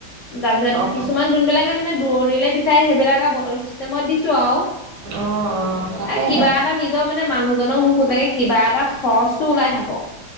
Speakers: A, on the left; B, on the right.
A: তাৰপিছত
B: অঁ
A: কিছুমান যোনবিলাকে মানে দূৰণিলৈ বিচাৰে সেইবিলাক আৰু বটল চিষ্টেমত দিছো আৰু
B: অঁ অঁ তাকেহে
A: এ কিবা এটা নিজৰ মানে মানুহজনক নোখোজাকে কিবা এটা খৰচটো ওলাই থাকক।